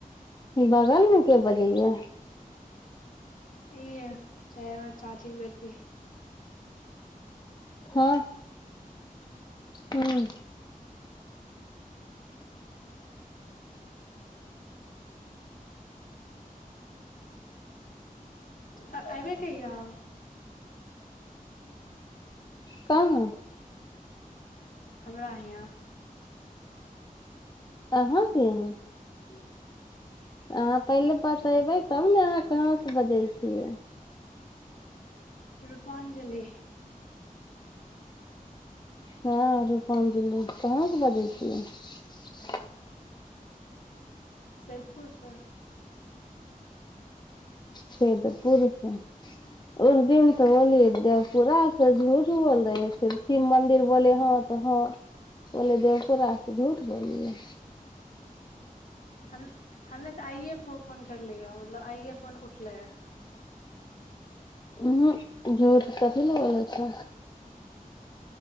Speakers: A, on the left; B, on the left.
A: बगलमे के बजेया
B: इह छै चाचीे बेटी
A: हँ हँ
B: आ अऐबे कहिय आउ
A: कह ह
B: हमरा एतऽ।
A: अहाँक एतऽ?
B: <unintelligible>
A: अ पहिले बात अयबै तब ने अहाँ कहाँ से बजे छी छै
B: रूपाञ्जलि
A: हँरु हाँ ज कहाँके बाजै त
B: सदपुर सर
A: से त पूुरष ओहि दिन तऽ पूरा झूठ बोलि देलियै। बोलै रहै शिव मन्दिर। हमहूँ हँ कहि देलियै। देवपुराक नाम लऽ कऽ पूरा झूठ बोलि देलियै।
B: हम तऽ आइए फोन केलियै। मतलब आइए फोन उठलै।
A: ह झूठ कथ ल बोल छै।